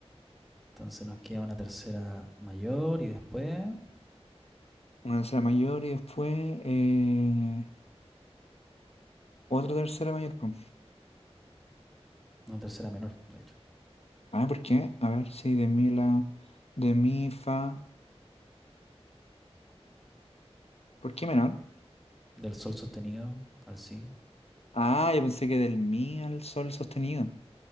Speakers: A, in the centre; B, on the left (about 65°).
A: Entonces nos queda una tercera mayor y después
B: Una tercera mayor y después. eh, Otra tercera mayor, po.
A: una tercera menor, de hecho.
B: Ah, ¿por qué? A ver, sí, de mi la... De mi fa... ¿Por qué menor?
A: Del sol sostenido al si.
B: Ah, yo pensé que del mi al sol sostenido.